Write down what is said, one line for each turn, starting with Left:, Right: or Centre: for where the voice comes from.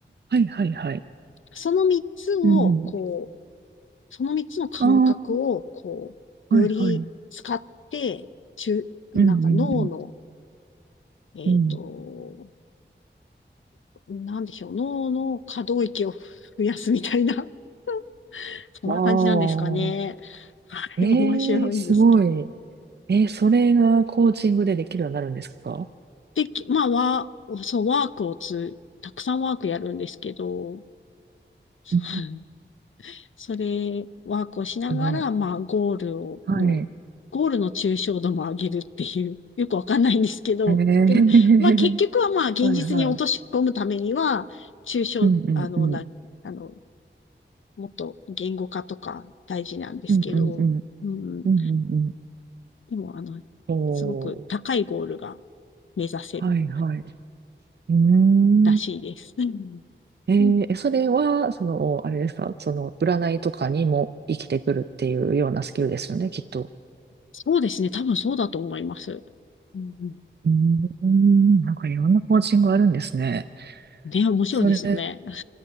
Right: はいはいはい。
Left: その3つを、
Right: うんうん。
Left: こう、その3つの感覚を、
Right: あ
Left: こう、
Right: あ、
Left: より使って、
Right: はいはい。
Left: 中、なんか脳の、
Right: うんうん
Left: えっと、
Right: うん。うん。
Left: なんでしょう、脳の可動域を増やすみたいな、<laughs> そんな感じなんですかね。
Right: ああ、
Left: はい、
Right: ええすごい。
Left: 面白いんですけど。
Right: えーそれがコーチングでできるようになるんですか
Left: でき、まあ、ワー、そう、ワークをつ、たくさんワークやるんですけど、
Right: うん
Left: はいそれ、ワークをしながら、
Right: すごい。
Left: まあ、ゴールをの、
Right: はい。え
Left: ゴールの抽象度も上げるっていう、よくわかんないんですけど、
Right: ー
Left: でも、まあ、結局はまあ、
Right: <laughs>
Left: 現実に落とし込むためには、
Right: はいはい。
Left: 抽象、
Right: うんうんうん。
Left: あの、な、あの、もっと言語化とか大事なんですけど、
Right: うんうんうん。
Left: うん、
Right: うんうんうん。
Left: でも、あの、
Right: おー。
Left: すごく高いゴールが目指せる
Right: はいはい。うーん。
Left: らしいです。うん
Right: えー、
Left: うん
Right: えそれは、その、あれですか、その、占いとかにも生きてくるっていうようなスキルですよね、きっと。
Left: そうですね。多分そうだと思います。うんうん。
Right: うーん、なんかいろんなコーチングあるんですね。
Left: ね、面白いですよね。
Right: それ